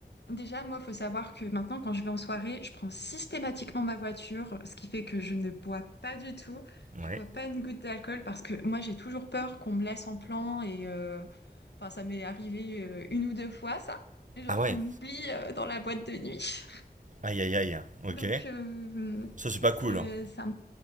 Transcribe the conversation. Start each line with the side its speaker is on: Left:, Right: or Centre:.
Left: déjà, moi, faut savoir que maintenant, quand je vais en soirée, je prends systématiquement ma voiture, ce qui fait que je ne bois pas du tout. Je
Right: Ouais.
Left: bois pas une goutte d'alcool parce que moi, j'ai toujours peur qu'on me laisse en plan et euh, enfin, ça m'est arrivé euh, une ou deux fois, ça. Et Genre
Right: Ah ouais.
Left: qu'on m'oublie euh, dans la boîte de nuit.
Right: Aïe, aïe, aïe. Ok.
Left: Donc, euh,
Right: Ça, c'est pas
Left: c'est
Right: cool, hein.
Left: c'est un